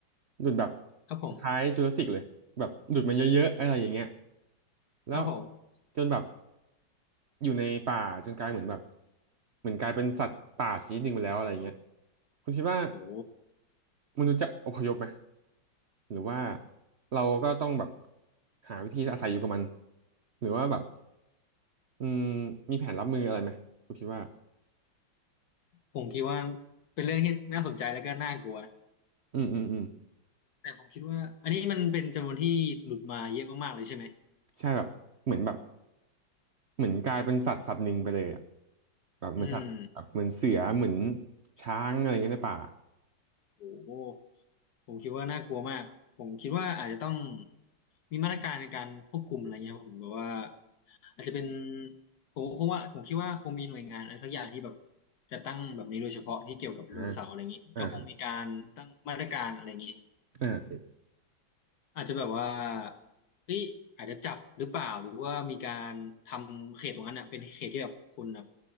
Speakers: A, on the right (about 60°); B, on the left (about 60°).
A: หลุดแบบ
B: ครับผม
A: คล้ายจูราสสิกเลยแบบหลุดมาเยอะๆอะไรอย่างเงี้ยแล้ว
B: ครับผม
A: จนแบบอยู่ในป่าจนกลายเหมือนแบบเหมือนกลายเป็นสัตว์ป่าชนิดหนึ่งไปแล้วอะไรอย่างเงี้ยคุณคิดว่า
B: โอ้
A: มนุษย์จะอพยพไหม หรือว่าเราก็ต้องแบบ
B: แบบ
A: หาวิธีอาศัยอยู่กับมัน หรือว่าแบบอืมมีแผนรับมืออะไรไหมคุณคิดว่า
B: ผมคิดว่าเป็นเรื่องที่น่าสนใจแล้วก็น่ากลัว
A: อืมอืมอืม
B: แต่ผมคิดว่าอันนี้มันเป็นจำนวนที่หลุดมาเยอะมากๆเลยใช่ไหม
A: ใช่แบบเหมือนแบบเหมือนกลายเป็นสัตว์สัตว์หนึ่งไปเลยอ่ะแบบเหมือนสัตว์แบบเหมือนเสือเหมือน
B: อืม
A: ช้างอะไรเงี้ยในป่า
B: โอ้โหผมคิดว่าน่ากลัวมากผมคิดว่าอาจจะต้องมีมาตรการในการควบคุมอะไรเงี้ยครับผมแบบว่าอาจจะเป็นผมคงว่าผมคิดว่าคงมีหน่วยงานอะไรสักอย่างที่แบบจะตั้งแบบนี้โดยเฉพาะที่เกี่ยวกับไดโนเสาร์อะไรอย่างนี้ก็คงมีการตั้งมาตรการอะไรอย่างนี้
A: อ่าอ่าครับอ่า
B: อาจจะแบบว่าเฮ้ยอาจจะจับหรือเปล่าหรือว่ามีการทำเขตตรงนั้นอ่ะเป็นเขตที่แบบคนแบบ